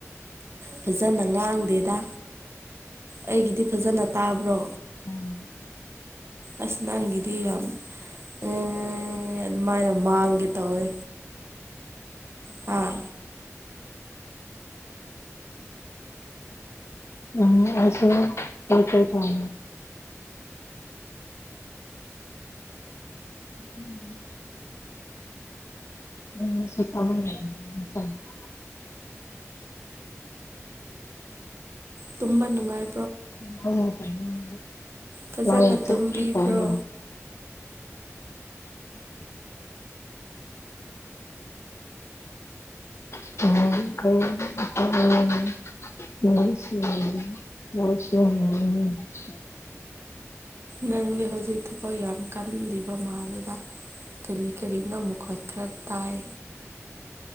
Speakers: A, on the right; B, on the left.
A: ꯐꯖꯅ ꯉꯥꯡꯗꯦꯗ ꯑꯩꯒꯤꯗꯤ ꯐꯖꯅ ꯇꯥꯕ꯭ꯔꯣ
B: ꯎꯝ
A: ꯑꯁ ꯅꯪꯒꯤꯗꯤ ꯌꯥꯝ <unintelligible> ꯑꯗꯨꯃꯥꯏꯅ ꯃꯥꯡꯒꯦ ꯇꯧꯋꯦ ꯍꯥꯥ
B: ꯎꯝ ꯑꯩꯁꯨ ꯌꯨꯝ ꯀꯩꯪꯀꯩ ꯄꯥꯜꯂꯦ ꯎꯝ <unintelligible>
A: ꯇꯨꯝꯕ ꯅꯨꯡꯉꯥꯏ
B: <unintelligible>
A: ꯐꯖꯅ
B: ꯂꯥꯡꯇꯀꯤ
A: ꯇꯨꯝꯕꯤꯕ꯭ꯔꯣ
B: ꯄꯥꯡ <unintelligible> <unintelligible>
A: ꯅꯪꯗꯤ ꯍꯧꯖꯤꯛ ꯊꯕꯛ ꯌꯥꯝ ꯀꯜꯂꯤꯕ ꯃꯥꯜꯂꯦꯗ ꯀꯔꯤ ꯀꯔꯤꯅꯣ ꯑꯃꯨꯛꯀ ꯈꯔ ꯇꯥꯏ